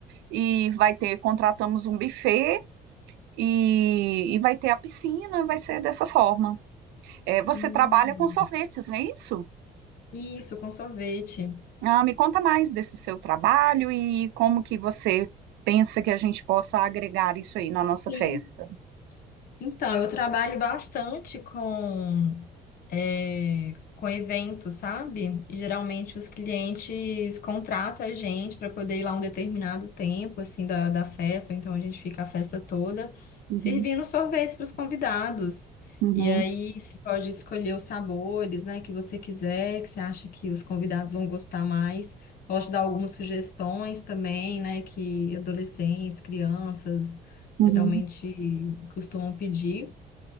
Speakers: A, on the right; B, on the left.
A: e vai ter, contratamos um buffet. E, e vai ter a piscina, vai ser dessa forma. É, você
B: hum.
A: trabalha com sorvetes, não é isso?
B: Isso, com sorvete.
A: Ah, me conta mais desse seu trabalho e como que você pensa que a gente possa agregar isso aí na nossa
B: Sim.
A: festa.
B: Então, eu trabalho bastante com é, com eventos, sabe? E, geralmente os clientes contratam a gente para poder ir lá um determinado tempo, assim, da, da festa, ou então a gente fica a festa toda
A: Uhum,
B: servindo sorvetes para os convidados.
A: uhum.
B: E aí você pode escolher os sabores, né, que você quiser, que você acha que os convidados vão gostar mais. Posso dar algumas sugestões também, né, que adolescentes, crianças
A: Uhum,
B: geralmente costumam pedir.